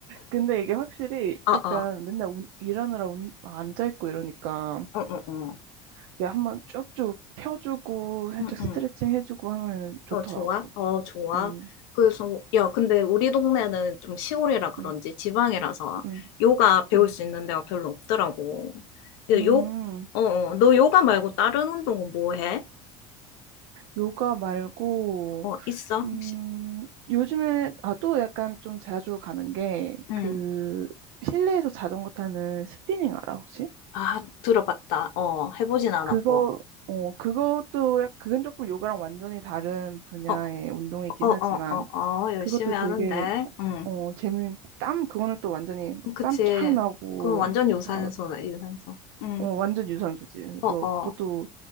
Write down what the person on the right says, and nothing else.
근데 이게 확실히
약간 맨날 운- 일하느라 운- 앉아 있고 이러니까
이게 한번 쭉쭉 펴주고 살짝
스트레칭
해주고 하면 좋더라고.
음,
음,
음,
음.
음,
요가 말고
음,
요즘에, 아, 또 약간 좀 자주 가는 게,
그, 실내에서 자전거 타는 스피닝 알아, 혹시?
그거, 어, 그것도, 약- 그건 조금 요가랑 완전히 다른 분야의
운동이긴
하지만,
그것도 되게,
어, 재미, 땀, 그거는 또 완전히
땀 쫙 나고,
막,
어, 완전 유산소지. 그래서
그것도